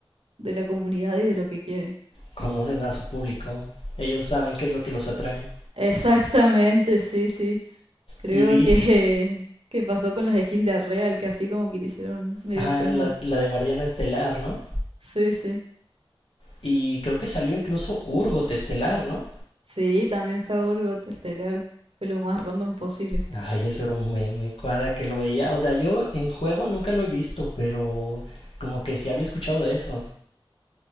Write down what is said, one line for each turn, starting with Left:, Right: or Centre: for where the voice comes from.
Right: de la comunidad y de lo que quieren.
Left: conocen a su público. Ellos saben qué es lo que los atrae.
Right: Exactamente, sí, sí. Creo
Left: y Beast,
Right: que, <laughs> que pasó con las skins de Arreal, que así como que le hicieron medio
Left: ah,
Right: fanboy.
Left: la, la de Guardiana Estelar, ¿no?
Right: Sí, sí.
Left: Y creo que salió incluso Urgot Estelar, ¿no?
Right: Sí, también está Gorgot Estelar. Fue lo más random posible.
Left: Ay, eso era un meme, cada que lo veía. O sea, yo en juego nunca lo he visto, pero como que sí había escuchado de eso.